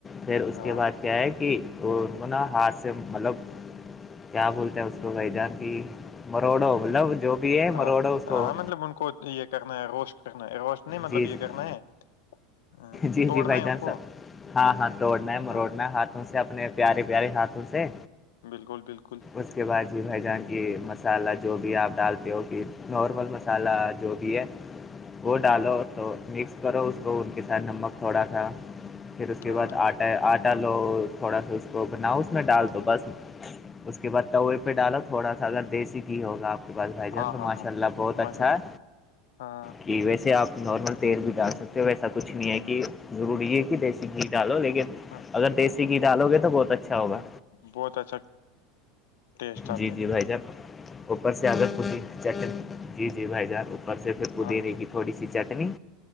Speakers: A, on the left; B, on the left.
A: پھر اس
B: ہاں
A: کے بعد کیا ہے کہ تو انوں ن ہاتھ سے مطلب کیا بولتے ہیں اس کو بھائی جا کہ مروڑو مطلب جو بھی ہے
B: ہ
A: مروڑو اس کو
B: ہاں مطلب ان کو یہ کہنا ہے گوشت کرنا ہے گوشت نہیں مطلب
A: جی
B: یہ
A: جی
B: کہنا ہے ہاں،
A: جی
B: توڑنا
A: جی بھائی
B: ہے ان
A: جانس
B: کو
A: سب ہاں ہاں توڑنا ہے مروڑنا
B: ہاں
A: ہے ہاتھ سے اپنے پیارے پیارے ہاتھوں سے
B: بالکل بالکل
A: اس کے بعد جی بھائی جان کی مسالحہ جو بھی آپ ڈالتے ہو کہ نارمل م مسالہ جو بھی ہے وہ
B: ہ
A: ڈالو تو مکس کرو اس کو ان کے ساتھ نمک تھوڑا سا پھر اس کے
B: ہاں
A: بعد آٹا آٹا لو تھوڑا سا اس کو بناؤ اس میں ڈال دو بس اس کے بعد تووے پہ ڈالو تھوڑا سا اگر دیسی گھی ہوگا آپ کو بس بھائی جان
B: ہاں
A: تو
B: ہاں
A: ماشاء
B: ہاں
A: اللہ بہت اچھا
B: ماشاء اللہ
A: ہے
B: ہاں
A: کہ ویسے آپ نارمل تیل بھی ڈال سکتے ہو ویسا کچھ نہیں ہے کہ ضروری ہے کہ دیسی گھی ڈالو لیکن
B: ہاں،
A: اگر دیسی گھی ڈالو گے تو بہت اچھا ہوگا
B: بہت اچھا ٹیسٹ آتا
A: جی جی
B: ہے
A: بھائی جان اوپر سے اگر پودینے چٹنی جی جی بھائی جان اوپر سے پھر
B: ہاں
A: رہے
B: ہاں
A: گی تھوڑی سی چٹنی